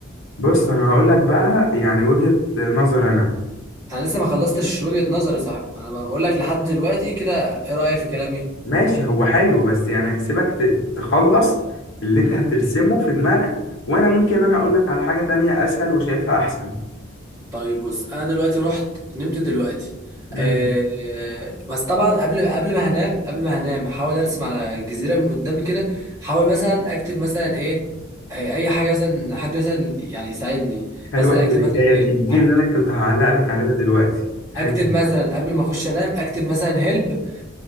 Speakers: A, on the left (about 70°); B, on the right (about 15°).
A: بص انا هقول لك بقى يعني وجهة نظر انا
B: انا لسه ما خلصتش وجهه نظري صاحب انا بقول لك لحد دلوقتي كده ايه رايك في كلامي
A: ماشي هو حلو بس يعني هسيبك ت- تخلص اللي انت هترسمه في دماغك وانا ممكن انا اقول لك على حاجة تانية اسهل وشايفها احسن
B: طيب بص انا دلوقتي رحت نمت دلوقتي
A: مم.
B: أه بس طبعا قبل قبل ما هنام قبل ما هنام احاول ارسم على الجزيره من قدام كده احاول مثلا اكتب مثلا ايه آه، اي حاجه مثلا حد مثلا يعني يساعدني
A: حلوة
B: مثلا
A: التركاية
B: اكتب مثلا
A: دي
B: ايه
A: دي
B: أكتب
A: اللي أنا كنت هعلق لك عليها دلوقتي حلو
B: اكتب مثلا قبل ما اخش انام اكتب مثلا هيلب